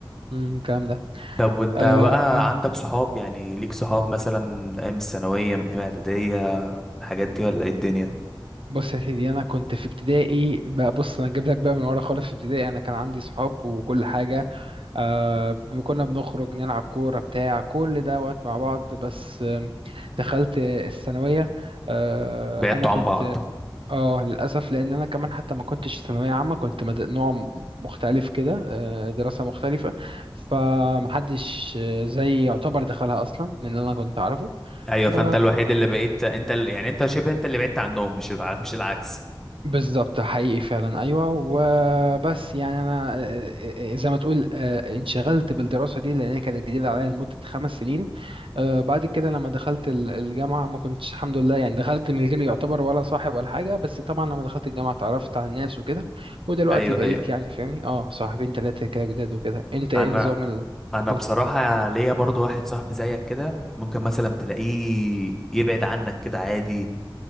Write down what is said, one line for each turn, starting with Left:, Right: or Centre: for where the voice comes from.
Right: مم، الكلام ده
Centre: طب وانت
Right: آه
Centre: بقى
Right: آه.
Centre: عندك صحاب يعني ليك صحاب مثلا ايام الثانوية من ايام اعدادية الحاجات دي ولا ايه الدنيا
Right: بص يا سيدي انا كنت في ابتدائي بقى بص انا جايب لك بقى من ورا خالص في ابتدائي انا كان عندي صحاب وكل حاجه آه ب- كنا بنخرج نلعب كوره بتاع كل دوت مع بعض بس آم، دخلت الثانويه آه،
Centre: بعدتوا
Right: انا كنت
Centre: عن بعض
Right: اه للاسف لان انا كمان حتى ما كنتش ثانويه عامه كنت مد- نوع م- مختلف كده آه، دراسه مختلفه فمحدش آه، زي يعتبر دخلها اصلا من اللي انا كنت اعرفه
Centre: ايوه
Right: ف
Centre: فانت الوحيد اللي بقيت انت ال... يعني انت شبه انت اللي بعدت عنهم مش الع... مش العكس
Right: بالظبط حقيقي فعلا ايوه وبس يعني انا آه، آه، زي ما تقول آه، انشغلت بالدراسه دي لان هي كانت جديده عليا لمده خمس سنين آه، بعد كده لما دخلت ال- الجامعه ما كنتش الحمد لله يعني دخلت من غير يعتبر ولا صاحب ولا حاجه بس طبعا لما دخلت الجامعه اتعرفت على الناس وكده ودلوقتي
Centre: ايوه
Right: بقيت
Centre: ايوه
Right: يعني فاهمني اه صاحبين ثلاثه كده جداد وكده انت
Centre: انا
Right: ايه نظام ال...
Centre: انا
Right: قولي.
Centre: بصراحة ليا برضو واحد صاحبي زيك كده ممكن مثلا تلاقيه يبعد عنك كده عادي